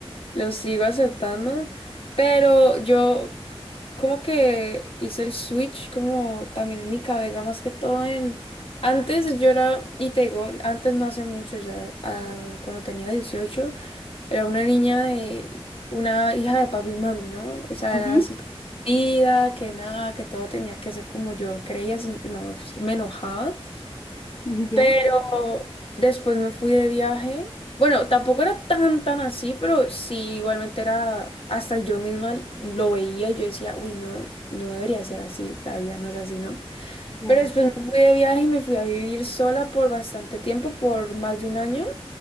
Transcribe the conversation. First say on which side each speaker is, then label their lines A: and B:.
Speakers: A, on the left; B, on the left.
A: lo sigo aceptando, pero yo c- como que hice el Switch como también en mi cabeza, más que todo en... Antes yo era, y te digo, antes no hace mucho ya, ah, cuando tenía 18 era una niña de una hija de papi y mami, ¿no? O sea,
B: Ujú.
A: era así consentida, que nada, que todo tenía que ser como yo creía, si no, me enojaba.
B: <laughs> ¿Ya?
A: Pero después me fui de viaje. Bueno, tampoco era tan, tan así, pero sí, igualmente era, hasta yo misma lo veía y yo decía, uy, no, no debería ser así, la vida no es así, ¿no?
B: Claro.
A: Pero después me fui de viaje y me fui a vivir sola por bastante tiempo, por más de un año.